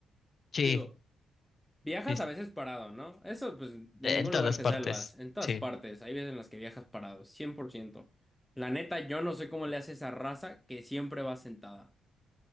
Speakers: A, on the left (about 40°); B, in the centre.
A: sí,
B: digo, viajas
A: sí, es-
B: a veces parado, ¿no? Eso, pues, de
A: en
B: ningún
A: todas
B: lugar te
A: partes,
B: salvas. En todas
A: sí.
B: partes, hay veces en las que viajas parado, cien por ciento La neta, yo no sé cómo le hace esa raza que siempre va sentada.